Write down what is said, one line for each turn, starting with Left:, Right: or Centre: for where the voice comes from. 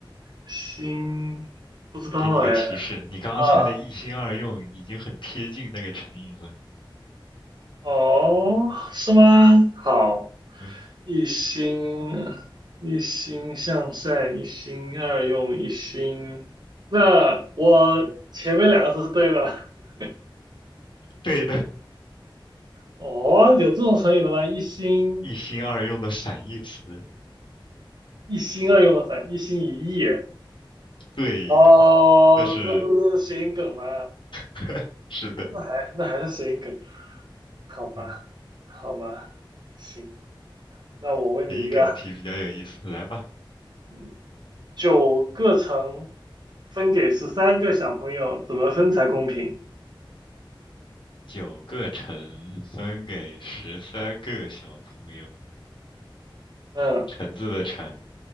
Right: 心不知道哎。
Left: 给你个提示，你刚刚猜了一心二用，
Right: 啊，
Left: 已经很贴近那个成语了。
Right: 哦，是吗？好，
Left: 嗯，
Right: 一心一心向善，一心二用，一心。那我前面两个字是对的。<laughs>
Left: 对的，
Right: 哦，有这种成语的吗？一心。
Left: 一心二用的反义词。
Right: 一心二用的反，一心一意。
Left: <laughs> 对呀，
Right: 哦，
Left: 那是
Right: 这不是谐音梗吗？
Left: <laughs> 是的，
Right: 那还那还是谐音梗，好吧，
Left: 嗯，
Right: 好吧，行。那我问你一个，
Left: 给你给的题比较有意思，来吧。
Right: 嗯，九个橙分给十三个小朋友，怎么分才公平？
Left: 九个橙分给十三个小朋友，
Right: 嗯，
Left: 橙子的橙，